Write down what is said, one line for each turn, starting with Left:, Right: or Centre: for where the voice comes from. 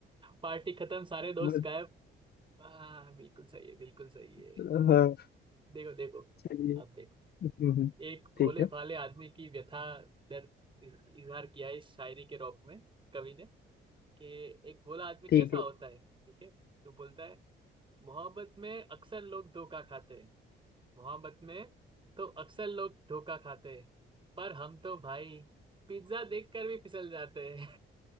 Right: पार्टी खत्म सारे दोस्त
Left: मतलब-
Right: गायब हाँ बिल्कुल सही है बिल्कुल सही है
Left: हाँ,
Right: देखो देखो
Left: चलिए
Right: अब देखो
Left: हम्म, हम्म,
Right: एक भोले
Left: ठीक है
Right: भाले आदमी की व्यथा दर्द इज- इजहार किया है इस शायरी के रौब में कवि ने कि एक भोला आदमी कैसा
Left: ठीक है
Right: होता है ठीक है तो बोलता है मोहब्बत में अक्सर लोग धोखा खाते हैं मोहब्बत में तो अक्सर लोग धोखा खाते हैं पर हम तो भाई पिज्जा देखकर भी फिसल जाते हैं